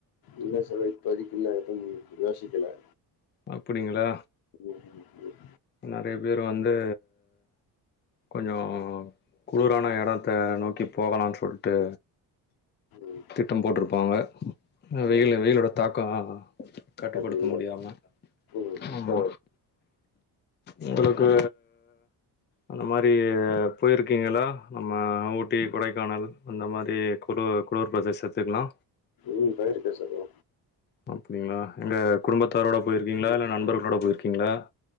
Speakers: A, on the left; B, on the left.
A: இல்ல சகோ இப்போதிக்கி இல்ல எதும் யோசிக்கல
B: அப்டிங்களா
A: ம் ம் ம்
B: நெறைய பேரு வந்து கொஞ்ச குளுரான எடத்த நோக்கி போகலான்னு சொல்ட்டு
A: ம்
B: திட்டம் போட்ருப்பாங்க ஆ
A: ஆமா
B: வெயிலு
A: ஆமா
B: வெயிலோட தாக்கம் கட்டுப்படுத்த
A: அதிகமா
B: முடியாம
A: இருக்கு.
B: ஆ ப்ரோ உங்களுக்கு அந்த மாரி போயிருக்கீங்களா நம்ம ஊட்டி கொடைக்கானல் அந்த மாரி குளுர் குளுர் பிரதேசத்துக்கெல்லா
A: ம் போயிருக்கே சகோ
B: அப்டிங்களா எங்க குடும்பத்தாரோட போயிருக்கீங்களா
A: ம்,
B: இல்ல நண்பர்களோட போயிருக்கீங்களா